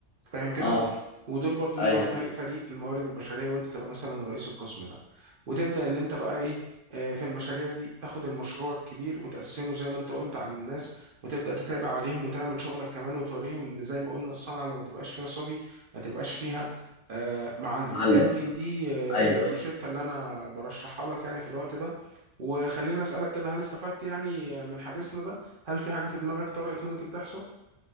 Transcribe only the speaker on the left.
اه
ايوه
علم
ايوه